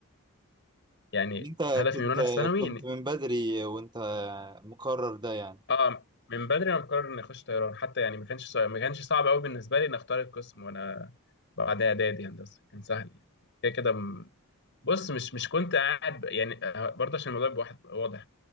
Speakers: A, on the left (about 55°); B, on the right (about 20°).
A: يعني
B: انت
A: هدفي
B: كنت
A: من وانا في ثانوي
B: كنت من بدري وانت مقرر ده يعني
A: اه من بدري انا مقرر اني اخش طيران حتى يعني ما كانش صعب ما كانش صعب قوي بالنسبه لي ان اختار القسم وانا بعد اعدادي هندسه كان سهل يعني كده كده م- بص مش مش كنت قاعد ب- يعني آه، برضه عشان الموضوع يبقى واحد واضح ما